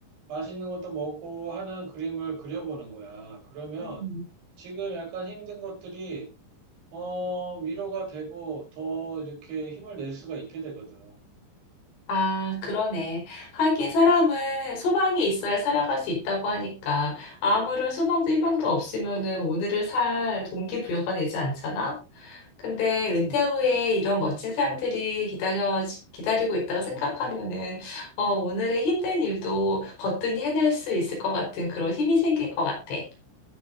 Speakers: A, on the right (about 70°); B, on the left (about 80°).
A: 맛있는 것도 먹고 하는 그림을 그려보는 거야. 그러면
B: 음.
A: 지금 약간 힘든 것들이 어, 위로가 되고 더 이렇게 힘을 낼 수가 있게 되거든.
B: 아, 그러네. 하긴 사람은 소망이 있어야 살아갈 수 있다고 하니까 아무런 소망도 희망도 없으면은 오늘을 살 동기부여가 되지 않잖아? 근데 은퇴
A: 음.
B: 후에 이런 멋진 사람들이 기다려, 기다리고 있다고 생각하면은 어, 오늘의 힘든 일도 거뜬히 해낼 수 있을 것 같은 그런 힘이 생길 것 같아.